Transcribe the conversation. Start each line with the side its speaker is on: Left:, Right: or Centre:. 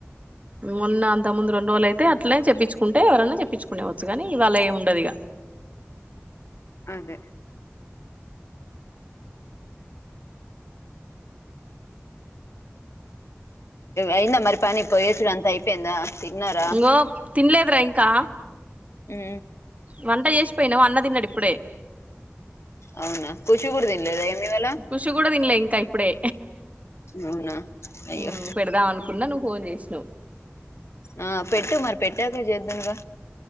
Right: మొన్న అంత ముందు రెండు రోజులు అయితే అట్లనే చెప్పించుకుంటే ఎవరన్నా చెప్పించుకునేవచ్చు గాని ఇవాళ ఎం ఉండదు దిగ
Left: అదే అయింద మరి పని కొయ్యేసుడు అంత అయిపోయిందా తిన్నారా
Right: ఇంగో తినలేదురా ఇంకా
Left: ఉ
Right: వంట చేసిపోయినావు అన్న తిన్నడు ఇప్పుడే
Left: అవునా ఖుషి కూడా తినలేదా ఏమి ఇవాళ
Right: ఖృషి కూడా తిన్లే ఇంకా ఇప్పుడే
Left: అవునా అయ్యో
Right: ఉ పెడదాం అనుకున్నా నువ్వు ఫోన్ చేసినవ్
Left: ఆ పెట్టు మరి పెట్టాక జెద్దంగా